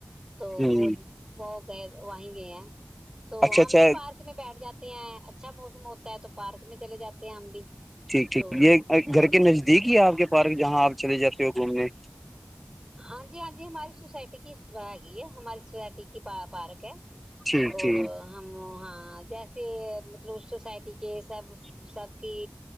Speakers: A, on the right; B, in the centre.
A: تو
B: ہ
A: وہ وہ کہ وہیں گئے ہیں تو
B: اچھا اچھا
A: ہم بھی پارک میں بیٹھ جاتے ہیں اچھا موسم ہوتا ہے تو پارک میں چے جاتے ہیں ہم بھی
B: ٹھیک ٹھیک
A: تو
B: یہ گھر کے نزدیک ہی ہے آپ کے پارک جہاں آپ چلے جاتے ہو گھومنے
A: ہاں جی ہاں جی ہم ہماری سوسائٹی کی ہےگی ہے ہماری سوسائٹی کی پ پارک ہے
B: ٹھیک
A: اور
B: ٹھیک
A: ہماں جیسے مطلب سوسائٹی کے سب سب کی